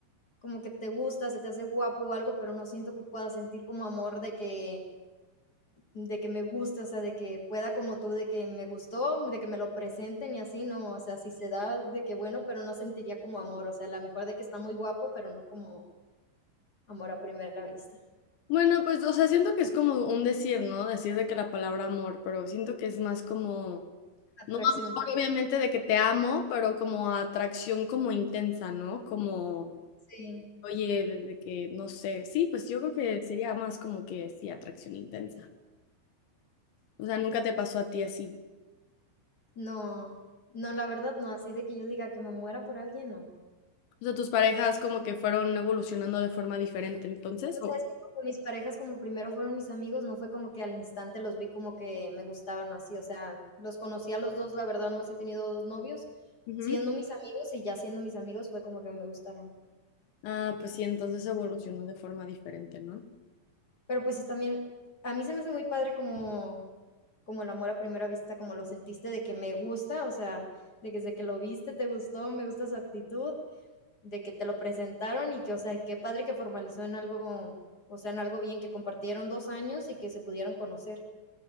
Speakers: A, on the left; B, on the left.
A: como que te gusta, se te hace guapo o algo, pero no siento que puedas sentir como amor de que de que me guste, o sea, de que pueda como tú, de que me gustó, de que me lo presenten y así, no, o sea, si se da de que bueno, pero no sentiría como amor, o sea, a lo mejor de que está muy guapo, pero no como amor a primera vista,
B: Bueno, pues, o sea, siento que es como un decir, ¿no? Decir de que la palabra amor, pero siento que es más como,
A: atracción.
B: no amor obviamente de que te amo, pero como atracción como intensa, ¿no? Como...
A: Sí.
B: Oye, desde que, no sé, sí, pues yo creo que sería más como que, sí, atracción intensa. O sea, nunca te pasó a ti así.
A: No, no, la verdad no, así de que yo diga que me muera por alguien, no.
B: O sea, tus parejas como que fueron evolucionando de forma diferente, entonces,
A: Sí, o
B: o,
A: sea, es que como mis parejas, como primero fueron mis amigos, no fue como que al instante los vi como que me gustaban o así, o sea, los conocí a los dos, la verdad, nomás he tenido dos novios,
B: Ujú.
A: siendo mis amigos y ya siendo mis amigos fue como que me gustaron.
B: ah, pues sí, entonces evolucionó de forma diferente, ¿no?
A: Pero pues también, a mí se me hace muy padre como, como el amor a primera vista, como lo sentiste de que me gusta, o sea, de que desde que lo viste te gustó, me gusta su actitud, de que te lo presentaron y que, o sea, qué padre que formalizó en algo, o sea, en algo bien, que compartieron dos años y que se pudieron conocer.